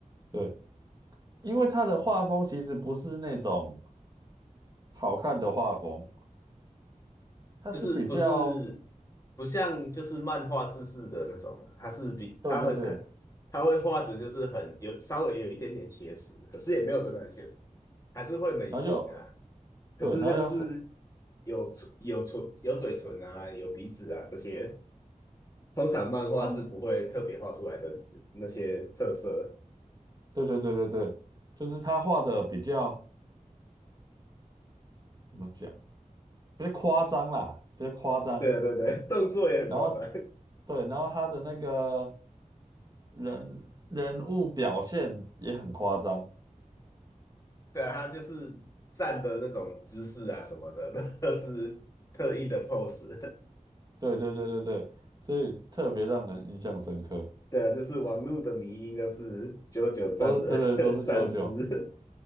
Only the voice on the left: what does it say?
就是不是不像就是漫画制式的那种，他是比他很很他会画的就是很有稍微有一点点写实，
可是也没有真的很写实，还是会美型啊，
可是他就是
有唇有唇有嘴唇啊，有鼻子啊这些。通常漫画是不会特别画出来的那些特色。
对啊，对对，<laughs> 动作也很夸张。
<laughs> 对啊，他就是站的那种姿势啊什么的，<laughs> 那是特意的 pose。
对啊，就是网络的迷因，就是九九站的
<laughs> 站姿。